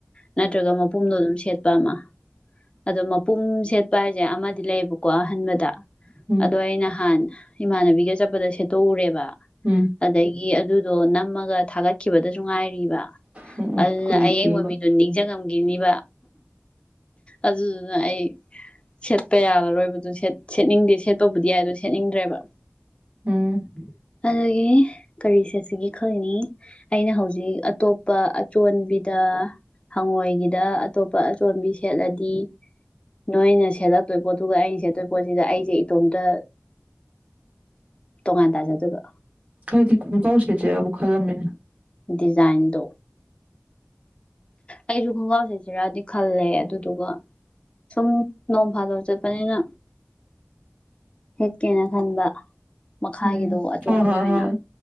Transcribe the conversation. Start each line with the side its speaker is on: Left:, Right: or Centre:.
Left: ꯅꯠꯇ꯭ꯔꯒ ꯃꯄꯨꯝꯗꯣ ꯑꯗꯨꯝꯦꯠ ꯠꯄ ꯑꯃ ꯑꯗꯣ ꯃꯄꯨꯝ ꯁꯦꯠꯄ ꯍꯥꯏꯁꯦ ꯑꯃꯗꯤ ꯂꯩꯌꯦꯕꯀꯣ ꯑꯍꯟꯥꯟꯕꯗ
Right: ꯎꯝ
Left: ꯑꯗꯣ ꯑ ꯅꯍꯥꯟ ꯏꯃꯥꯟꯅꯕꯤꯒ ꯆꯠꯄꯗ ꯁꯦꯠꯇꯣꯛꯎꯔꯦꯕ
Right: ꯎꯝ
Left: ꯑꯗꯒꯤ ꯑꯗꯨꯗꯣ ꯅꯝꯃꯒ ꯊꯥꯒꯠ ꯆꯈꯤꯕꯗꯁꯨ ꯉꯥꯏꯔꯤꯕ
Right: ꯎꯝ
Left: ꯑꯗꯨꯅ
Right: ꯀꯨꯏꯗ꯭ꯔꯤꯑꯕ
Left: ꯑꯌꯡꯕ ꯃꯤꯗꯨꯣ ꯅꯤꯡꯁꯤꯡꯝ ꯒꯤꯅꯤꯕ ꯑꯗꯨꯗꯨꯅ ꯑꯩ ꯁꯦꯠꯄ ꯌꯥꯔꯔꯣꯏꯕꯗꯨꯦꯠ ꯁꯦꯠꯅꯤꯡꯗꯦ ꯁꯦꯠꯇꯕꯨꯗꯤ ꯌꯥꯏ ꯑꯗꯨꯗꯣ ꯁꯦꯠꯅꯤꯡꯗ꯭ꯔꯦꯕ
Right: ꯎꯝ
Left: ꯑꯗꯨꯗꯒꯤ ꯀꯔꯤꯁꯦ ꯑꯁꯤꯒꯤ ꯈꯜꯅꯤ ꯑꯩꯅ ꯍꯧꯖꯤꯛ ꯑꯇꯣꯞꯄ ꯑꯆꯣꯟꯕꯤꯗ ꯍꯪꯉꯣꯏꯒꯤꯗ ꯑꯇꯣꯞ ꯏꯄꯥ ꯑꯆꯣꯟꯝꯕꯤ ꯁꯦꯠꯂꯗꯤ ꯅꯣꯏꯅ ꯁꯦꯠꯂꯛꯇꯣꯏ ꯄꯣꯠꯇꯨꯒ ꯑꯩꯅ ꯁꯦꯠꯇꯣꯏ ꯄꯣꯠꯁꯤꯒ ꯑꯩꯁꯦ ꯇꯣꯝꯗ ꯇꯣꯉꯥꯟꯅ ꯇꯥꯖꯥ ꯑꯗꯨꯕ
Right: ꯀꯔꯤ ꯊꯗꯤ ꯈꯨ ꯀꯥꯎꯁꯦ ꯆ ꯑꯕꯨ ꯈꯜꯂꯝꯃꯤꯅꯦ
Left: ꯗꯤꯖꯥꯏꯟꯗꯣ ꯑꯩꯁꯨ ꯈꯣꯡꯒ꯭ꯔꯥꯎꯁꯤꯁꯤꯔꯗꯤ ꯈꯜꯂꯦ ꯑꯗꯨꯗꯨꯒ ꯁꯨꯝ ꯅꯣꯡ ꯐꯥꯗꯕ ꯆꯠꯄꯅꯤꯅ ꯍꯦꯛꯀꯦꯅ ꯈꯟꯕ ꯃꯈꯥꯒꯤꯗꯨ
Right: ꯎꯝ
Left: ꯑꯆꯣꯟꯒꯤ
Right: ꯍꯣꯏ ꯍꯣꯏ
Left: ꯑꯣꯏꯅ
Right: ꯍꯣꯏ